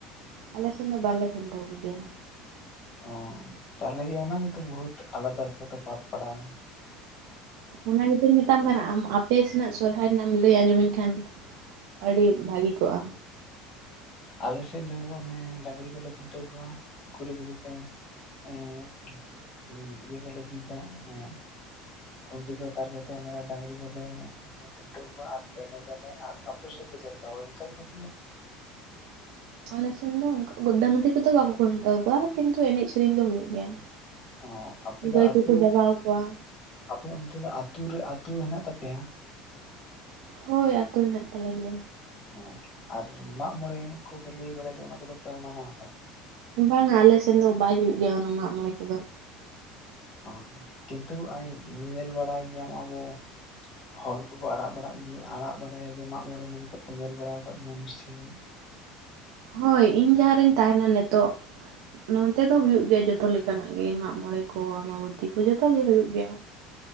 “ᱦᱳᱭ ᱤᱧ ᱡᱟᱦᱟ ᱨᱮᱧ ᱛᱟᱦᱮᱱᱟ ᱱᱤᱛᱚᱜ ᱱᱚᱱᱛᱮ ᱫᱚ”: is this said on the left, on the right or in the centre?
Right